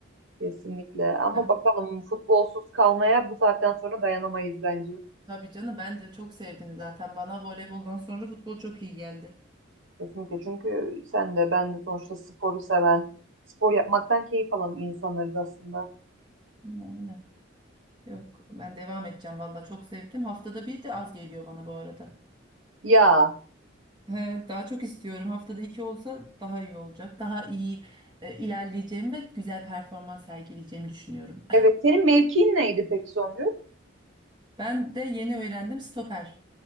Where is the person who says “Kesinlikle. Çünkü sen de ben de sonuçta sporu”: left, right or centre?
Right